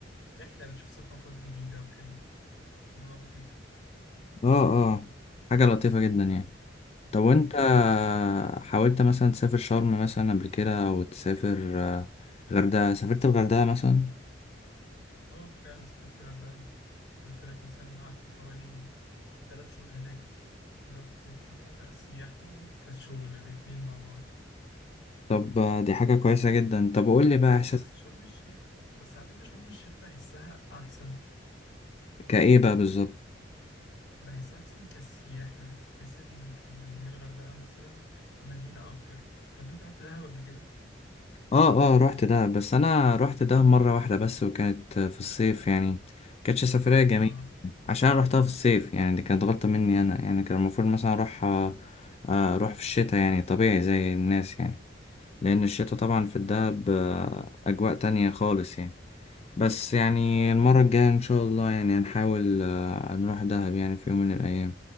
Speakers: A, on the left; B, on the left.
A: رحلة بتشوف ثقافات جديدة وكده في الموضوع لطيف
B: اه اه حاجة لطيفة جدا يعني طب وانت حاولت مثلا تسافر شرم مثلا قبل كده او تسافر آه، غردقة سافرت الغردقة مثلا
A: اه فعلا سافرت الغردقة قلت لك مثلا قعدت حوالي تلات شهور هناك رحت كسياحة وكشغل الاتنين مع بعض
B: طب آه، دي حاجة كويسة جدا طب قول لي بقى احساس
A: بس شرم الشيخ بس على فكرة شرم الشيخ بحسها أحسن
B: كايه بقى بالظبط
A: بحس أحسن كسياحة بحس إن إن هي الغردقة مثلا مدينة أكتر طب أنت رحت دهب قبل كده؟
B: اه اه رحت ده بس انا رحت ده مرة واحدة بس وكانت آه، في الصيف يعني كانتش سفرية جميلة
A: اه
B: عشان أنا رحتها في الصيف يعني دي كانت غلطة مني انا يعني كان المفروض مثلا اروح آه، آه، اروح في الشتاء يعني طبيعي زي الناس يعني لان الشتاء طبعا في الدهب آه، اجواء تانية خالص يعني بس يعني المرة الجاية إن شاء الله يعني هنحاول آه، نروح دهب يعني في يوم من الأيام